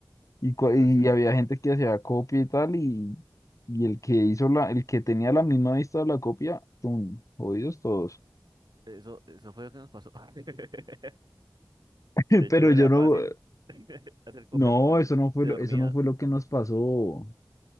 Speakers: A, on the left; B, on the right.
A: Y, cua-
B: Pero
A: y
B: sí,
A: había gente que hacía copia y tal, y, y el que hizo la, el que tenía la misma vista de la copia, ¡tum! jodidos todos.
B: eso, eso fue lo que nos pasó. <laughs>
A: <laughs>
B: De hecho,
A: Pero yo
B: era
A: no,
B: fácil <laughs> hacer copia
A: no,
B: porque el man
A: eso no fue
B: se
A: lo,
B: dormía.
A: eso no fue lo que nos pasó.